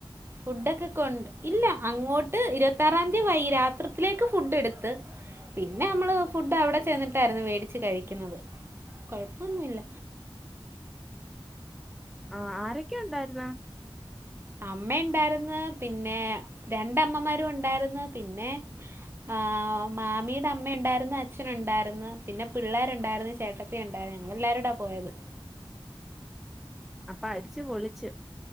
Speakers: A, on the right; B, in the centre.
A: ഫുഡൊക്കെ കൊണ്ട് ഇല്ല അങ്ങോട്ട് ഇരുവത്താറാതി വൈ രാത്രിത്തിലേക്ക് ഫുഡ് എടുത്ത്. പിന്നെ നമ്മള് ഫുഡ് അവിടെ ചെന്നിട്ടായിരുന്നു വേടിച്ചു കഴിക്കുന്നത് കൊഴപ്പൊന്നു ഇല്ല.
B: ആഹ് ആരൊക്കെ ഉണ്ടായിരുന്ന്?
A: അമ്മേണ്ടായിരുന്ന് പിന്നെ രണ്ടമ്മമാരൂണ്ടായിരുന്ന്. പിന്നെ ആഹ് മാമീടെ അമ്മയൊണ്ടായിരുന്ന് അച്ഛനുണ്ടായിരുന്ന് പിന്നെ പിള്ളേരുണ്ടായിരുന്ന് ചേട്ട ത്തി ഉണ്ടായിരുന്ന് ഞങ്ങളെല്ലാരൂടാ പോയത്.
B: അപ്പൊ അടിച്ച് പൊളിച്ച്